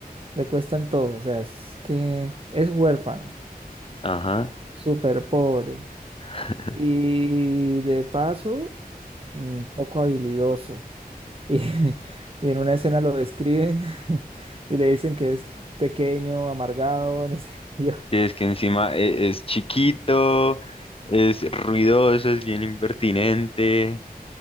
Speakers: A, on the right; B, on the left.
A: le cuesta en todo, o sea, es que es huérfano,
B: Ajá.
A: súper pobre
B: <laughs>
A: y de paso, mm, poco habilidoso. Y, <laughs> y en una escena lo describen <laughs> y le dicen que es pequeño, amargado, no sé, <laughs> yo.
B: Sí, es que encima e- es, chiquito, es ruidoso, es bien impertinente,